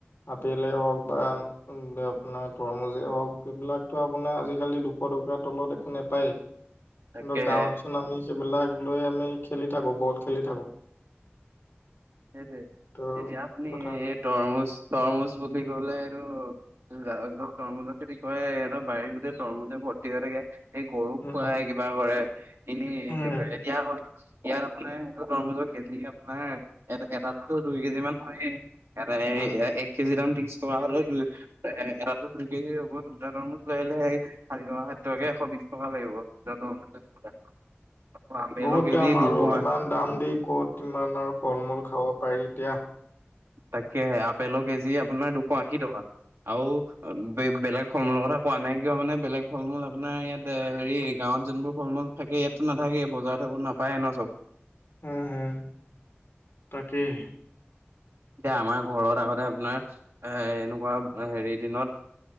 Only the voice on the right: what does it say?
<inaudible> তাকে।
সেইটোৱে,
এটিয়া আপুনি
তৰমুজ তৰমুজ বুলি ক'লে সেইটো যাৰ তৰমুজৰ খেতি কৰে হেঁতৰ বাৰীৰ গোটেই তৰমুজে ভৰ্তি হৈ থাকে। এই গৰুক
খুৱাই কিবা কৰে এনেই
হে কৰে এতিয়া আক' ইয়াত আপোনাৰ সেইটো তৰমুজৰ কেজি আপোনাৰ এ এটাত তো দুই কেজি মান হয়ে। এয়াতে
এক কেজি দাম ত্ৰিশ টকা হলে দুই এটাতো দুই কেজি হ'ব দুটা তৰমুজ লৈ আহিলে ষাঠি টকা ষাঠি টকাকে এশ বিশ টকা লাগিব। তৰমুজ আপেলৰ
কেজি
দুশ
তাকেহে আপেলৰ কেজি আপোনাৰ দুশ আশী টকা আৰু বেলেগ ফল মূলৰ কথা কোৱা নাই কিয় মানে বেলেগ ফলূল আপোনাৰ ইয়াত হেৰি গাঁৱত যোনবোৰ ফল মূল থাকে ইয়াততো নাথাকে বজাৰত সেইবোৰ নাপায় ন চব।
এতিয়া আমাৰ ঘৰত আগতে আপোনাৰ এ এনেকুৱা হেৰি দিনত